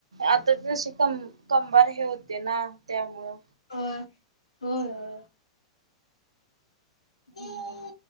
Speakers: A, on the right (about 70°); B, on the left (about 75°).
A: आता जशी कम कंबार हे होते ना त्यामुळं.
B: होय, होय होय. हम्.